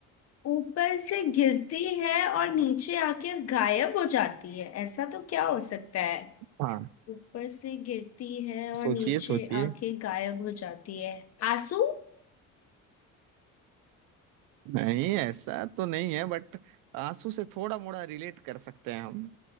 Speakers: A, on the left; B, on the right.
A: ऊपर से गिरती है और नीचे आकर गायब हो जाती है ऐसा तो क्या हो सकता है
B: हाँ
A: ऊपर से गिरती है और
B: सोचिए
A: नीचे
B: सोचिए
A: आके गायब हो जाती है आंसू
B: नहीं ऐसा तो नहीं है बट आंसू से थोड़ा मोड़ा रिलेट कर सकते हैं हम